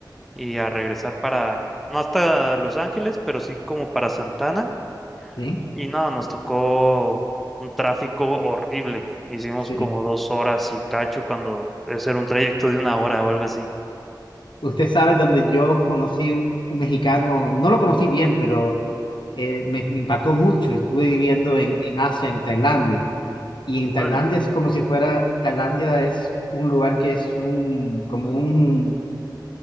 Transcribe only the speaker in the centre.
y a regresar para, no hasta Los Ángeles, pero sí como para Santana.
Y no, nos tocó un tráfico horrible. Hicimos
como dos horas y cacho cuando eso era un trayecto de una hora o algo así.
Órale.